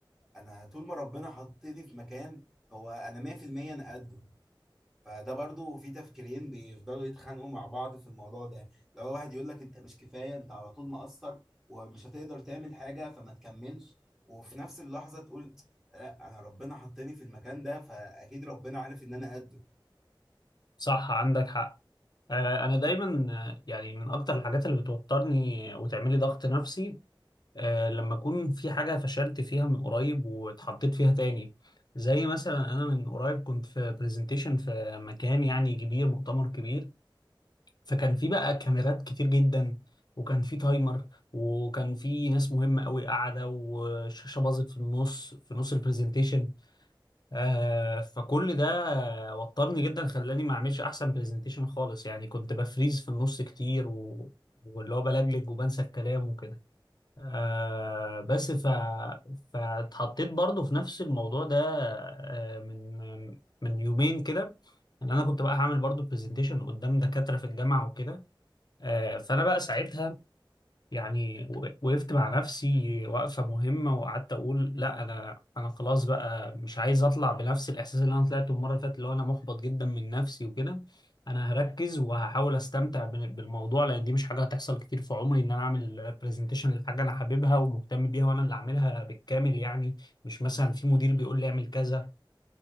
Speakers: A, in the centre; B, on the left.
A: أنا طول ما ربنا حطني في مكان هو أنا 100% أنا قده فده برضو في تفكيرين بيفضلوا يتخانقوا مع بعض في الموضوع ده لو واحد يقول لك أنت مش كفاية أنت على طول مقصر ومش هتقدر تعمل حاجة فما تكملش وفي نفس اللحظة تقول لا أنا ربنا حطني في المكان ده فأكيد ربنا عارف إن أنا قده
B: صح عندك حق آه، انا دايما آه، يعني من اكتر الحاجات اللي بتوترني وتعملي ضغط نفسي آه، لما أكون في حاجة فشلت فيها من قريب واتحطيت فيها تاني زي مثلا أنا من قريب كنت في برزنتيشن في مكان يعني كبير مؤتمر كبير فكان في بقى كاميرات كتير جدا وكان في تايمر وكان في ناس مهمة قوي قاعدة والشاشة باظت في النص في نص البرزنتيشن آه فكل ده وترني جدا خلاني ما اعملش احسن برزنتيشن خالص يعني كنت بفريز في النص كتير و... واللي هو بلجلج وبنسى الكلام وكده آه بس ف فاتحطيت برضو في نفس الموضوع ده آه من من يومين كده ان انا كنت بقى هعمل برضو برزنتيشن قدام دكاترة في الجامعة وكده آه فانا بقى ساعتها يعني و- وقفت مع نفسي وقفة مهمة وقعدت أقول لا أنا أنا خلاص بقى مش عايز أطلع بنفس الإحساس اللي أنا طلعته المرة اللي فاتت اللي هو أنا محبط جدا من نفسي وكده أنا هركز وهحاول أستمتع بال- بالموضوع لأن دي مش حاجة هتحصل كتير في عمري إن أنا أعمل برزنتيشن لحاجة أنا حاببها ومهتم بيها وأنا اللي أعملها بالكامل يعني مش مثلا في مدير بيقول لي أعمل كذا